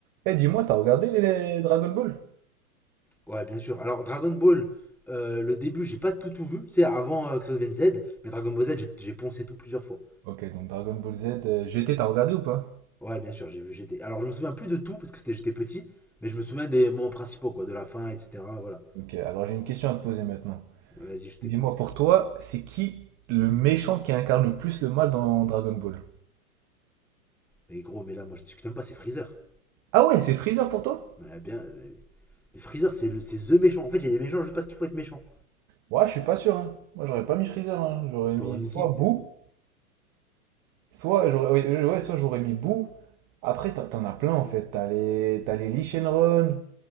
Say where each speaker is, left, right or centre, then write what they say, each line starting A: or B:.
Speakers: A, on the right; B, in the centre.
A: Eh, dis-moi, t'as regardé les, les Dragon Ball?
B: Ouais, bien sûr. Alors, Dragon Ball, euh, le début, j'ai pas tout, tout vu. C'est avant euh, que ça devienne Z, mais Dragon Ball Z, j'ai- j'ai poncé tout plusieurs fois.
A: Ok, donc Dragon Ball Z, euh, GT, t'as regardé ou pas?
B: Ouais, bien sûr, j'ai vu GT. Alors, je me souviens plus de tout parce que c'était j'étais petit, mais je me souviens des moments principaux, quoi, de la fin, etc. Voilà.
A: Ok, alors j'ai une question à te poser maintenant.
B: Vas-y, je t'écoute.
A: Dis-moi, pour toi, c'est qui le méchant qui incarne le plus le mal dans Dragon Ball?
B: Mais gros, mais là, moi, je discute même pas, c'est Freezer.
A: Ah ouais, c'est Freezer pour toi?
B: Mais bien. Mais, mais Freezer, c'est le, c'est The méchant. En fait, il y a des méchants je sais pas ce qu'il faut être méchant.
A: Ouais, je suis pas sûr, hein. Moi, j'aurais pas mis Freezer, hein. J'aurais mis
B: T'aurais Mickey.
A: soit Boo, soit j'aurais, ouais, ouais, soit j'aurais mis Boo. Après, t'en t'en as plein, en fait. T'as les, t'as les Lee Shenron,